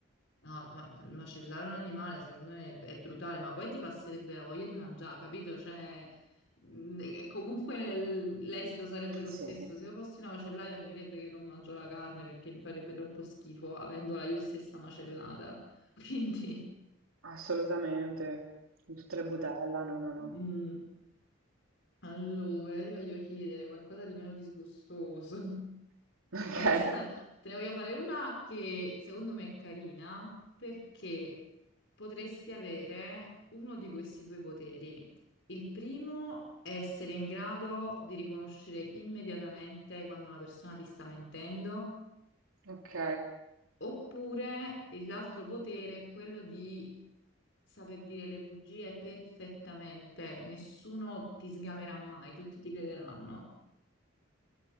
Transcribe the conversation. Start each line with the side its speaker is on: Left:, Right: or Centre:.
Left: No, ma macellare un animale secondo me è, è brutale, ma poi ti passerebbe la voglia di mangiare, capito? Cioè, mh, e comunque l- l'esito sarebbe lo
Right: Sì,
Left: stesso. Se io fossi una macellaia finirebbe che non mangio la carne perché mi farebbe troppo schifo avendola io stessa macellata. <laughs> Quindi,
Right: assolutamente. In tutte le budella, no, no, no.
Left: mh, allora, ti voglio chiedere qualcosa di meno disgustoso.
Right: <laughs> Ok,
Left: Ma questa te ne voglio fare una che secondo me è carina perché potresti avere uno di questi due poteri. Il primo è essere in grado di riconoscere immediatamente quando una persona ti sta mentendo,
Right: ok.
Left: oppure l'altro potere è quello di saper dire le bugie perfettamente, nessuno ti sgamerà mai, tutti ti crederanno.